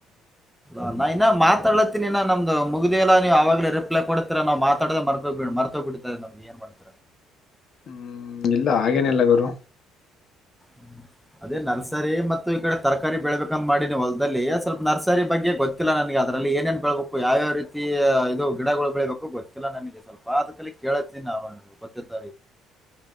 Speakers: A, in the centre; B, on the left (about 55°).
A: ಾ ನಾ ಇನ್ನಾ ಮಾತಾಡತಿನಿನ ನಮ್ದ ಮುಗಿದಿಯ ಎಾ ನೀವು್ವಾಗಲ ರಿಪ್ಲೈ ಕೊಡ್ತೀರ ನಾ ಮಾತಡ್ದ ಮರ್ಕೋ್ಬೇಡ್ ಮರ್ ಬಿಡತರ್ ನಮ್ಗೆ ಎನ್ ಮಾಡತ
B: ಹ್ಮ್ ಇಲ್ಲ ಹಾಗೇನೆಲ್ಲ ಗುರು
A: ಹ್ಮ್ ಅದೇ ನರ್ಸರಿ ಮತ್ತು ಈ ಕಡೆ ತರಕಾರಿ ಬೆಳಬೇಕಂದ ಮಾಡಿನ ಹೊಲ್ದಲ್ಲಿ ಸ್ವಲ್ಪ ನರ್ಸರಿ ಬಗ್ಗೆ ಗೊತ್ತ ಗೊತ್ತಿಲ್ಲ ನನಗೆ ಅದರಲ್ಲಿ ಏನೇನ್ ಬೆಳಳ್ಬೇಕು ಯಾವ್ಯಾವ ರೀತಿ ಇದು ಗಿಡಗಳು ಬೆಳೀಬೇಕು ಗೊತ್ತಿಲ್ಲ ನನಗೆ ಸ್ವಲ್ಪ ಆದ ಕಲಿ ಕೇಳತ್ತೀನಿ ನಾ ಗೊತ್ತ